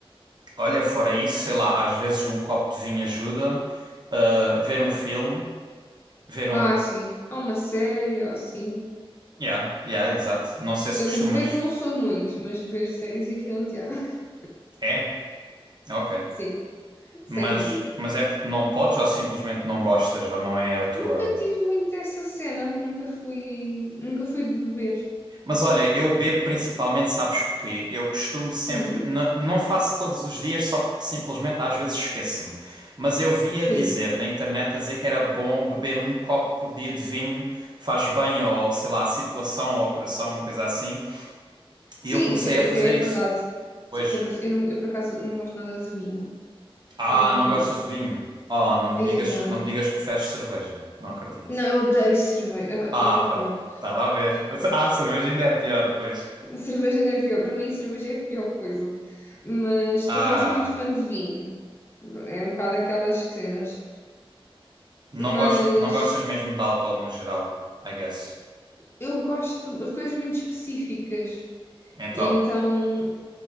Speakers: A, on the right (about 45°); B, on the left (about 25°).
A: olha, fora isso, sei lá, às vezes um copo de vinho ajuda, eh, ver um filme, ver um.
B: Ah, sim. Há uma série, ou assim.
A: Yeah, yeah, exato. Não sei se
B: Eu
A: costumas.
B: de beber não sou muito, mas ver séries e filmes, já. <laughs>
A: É, ok.
B: Sim, sem
A: Mas,
B: dúvida.
A: mas é porque não podes ou simplesmente não gostas ou não é a tua.
B: Nunca tive muito essa cena. Nunca fui, nunca fui de beber.
A: Mas olha, eu bebo principalmente, sabes porquê? Eu costumo sempre,
B: Uhum,
A: n- não faço todos os dias só porque simplesmente às vezes esqueço-me. Mas eu via
B: Sim.
A: dizer na internet a dizer que era bom beber um copo por dia de vinho, faz bem ao, sei lá, à circulação, ao coração, uma coisa assim. E
B: Sim,
A: eu comecei
B: isso é-
A: a fazer
B: até é
A: isso.
B: verdade.
A: Pois,
B: Só que eu, não, eu, não, eu por acaso não gosto nada de vinho.
A: ah,
B: É mesmo.
A: não gostas de vinho? Oh, não me
B: Aí
A: digas,
B: não.
A: não me digas que preferes cerveja. Não acredito.
B: Não, eu odeio cerveja,
A: Ah,
B: Ah, ainda é
A: pronto,
B: pior.
A: estava a ver. <laughs> Ah, cerveja ainda é pior, pois.
B: A cerveja ainda é pior. Para mim, a cerveja é a pior coisa. Mas
A: Ah.
B: também não sou muito fã de vinho. É um bocado aquelas cenas.
A: Não
B: Mas
A: gosto, não gostas mesmo de álcool no geral, I guess.
B: eu gosto de coisas muito específicas.
A: Então,
B: E então,